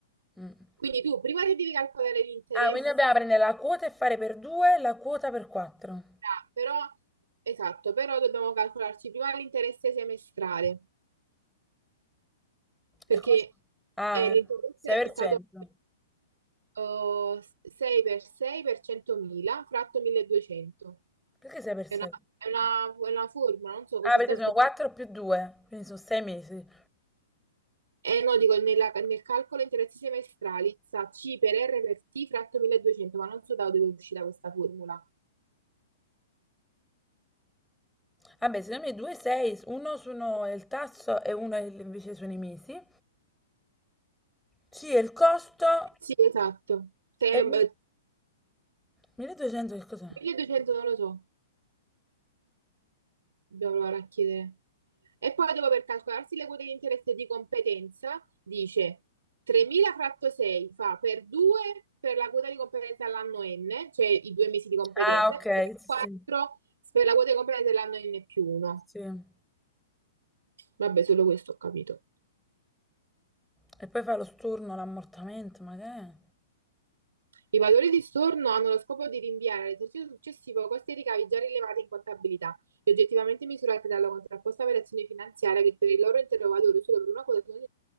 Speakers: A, in the centre; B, on the right (about 85°).
A: mm.
B: Quindi tu prima che devi calcolare l'interesse,
A: Ah, quindi dobbiamo prendere la quota e fare per 2 la quota per 4.
B: ah, però, esatto, però dobbiamo calcolarci prima l'interesse semestrale. perché
A: E come si- Ah,
B: eh, l'interesse
A: 6%.
B: è stato eh, 6 per 6 per 100.000 fratto 1200.
A: Perché 6 per
B: È
A: 6?
B: una, è una, è una formula, non so così
A: Ah, perché
B: sta
A: sono
B: scritto.
A: 4 più 2, quindi sono 6 mesi.
B: Eh no, dico nella- nel calcolo interessi semestrali, sa C per R per T fratto 1200, ma non so da dove è uscita questa formula.
A: Vabbè, secondo me 2 6, uno sono il tasso e uno è il- invece sono i mesi. Sì, e il costo
B: Eh, Sì, esatto. Tem-
A: è mi- 1200 che cos'è?
B: 1200 non lo so. Dobbiamo provare a chiedere. E poi dopo per calcolarsi le quote di interesse di competenza, dice 3.000 fratto 6 fa per 2 per la quota di competenza all'anno n, cioè i due mesi di competenza,
A: Ah, ok,
B: e per
A: sì,
B: 4
A: sì.
B: per la quota di competenza dell'anno n più 1.
A: sì.
B: Vabbè, solo questo ho capito.
A: E poi fai lo storno, l'ammortamento, ma che è?
B: I valori di storno hanno lo scopo di rinviare all'esercizio successivo costi e ricavi già rilevati in contabilità e oggettivamente misurati dalla contrapposta variazione finanziaria che per il loro intero valore solo per una quota sono